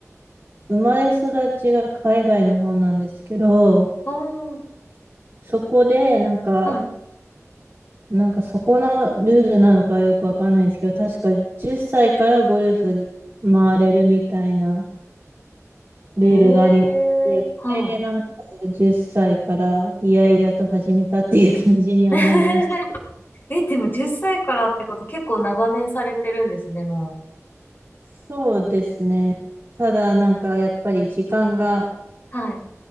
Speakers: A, on the right; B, on the left.
A: 生まれ育ちが海外の方なんですけど、
B: おー、
A: そこでなんか、
B: はい。
A: なんかそこのルールなのかよくわかんないんですけど、確か10歳からゴルフ回れるみたいなルールがありまして、
B: ええーは
A: それでなんか10歳からいやいやと始めたっていう感じにはなります。
B: い。<laughs> え、でも10歳からってこと結構長年されてるんですね、も
A: そうですね。ただなんかやっぱり時間が、
B: う。はい。